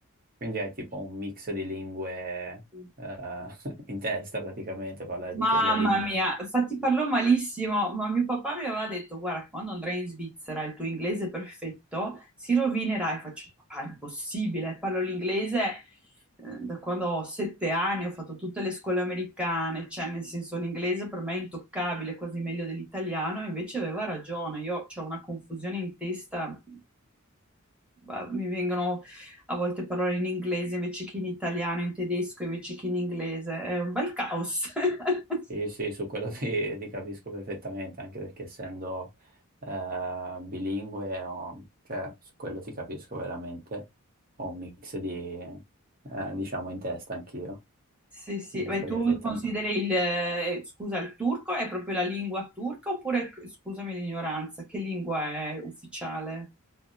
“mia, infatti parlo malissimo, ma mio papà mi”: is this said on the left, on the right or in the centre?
Centre